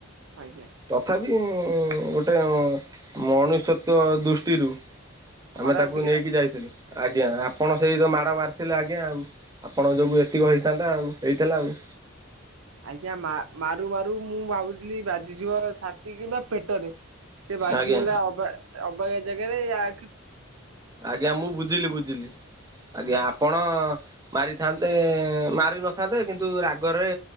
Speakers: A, on the right; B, on the right.
A: ଆଜ୍ଞା।
B: ତଥାପି ଗୋଟେ ମଣିଷତ୍ଵ ଦୃଷ୍ଟିରୁ
A: ଖରାପ
B: ଆମେ ତାକୁ
A: ଟିକେ
B: ନେଇକି
A: ଲାଗିଲା
B: ଯାଇଥିଲୁ, ଆଜ୍ଞା ଆପଣ ସେଇ ତ ମାଡ଼ ମାରିଥିଲେ ଆଜ୍ଞା ଆଉ, ଆପଣ ଯୋଗୁ ଏତିକ ହେଇଥାନ୍ତା ଆଉ, ହେଇଥିଲା ଆଉ।
A: ଆଜ୍ଞା ମା- ମାରୁ ମାରୁ ମୁଁ ଭାବୁଥିଲି ବାଜିଯିବ ଛାତି କିମ୍ବା ପେଟରେ ସେ ବାଜିଗଲା
B: ଆଜ୍ଞା
A: ଅବା ଅବାଗିଆ ଜାଗାରେ ଆଖି
B: ଆଜ୍ଞା ମୁଁ ବୁଝିଲି ବୁଝିଲି ଆଜ୍ଞା ଆପଣ ମାରିଥାନ୍ତେ, ମାରି ନଥାନ୍ତେ କିନ୍ତୁ ରାଗରେ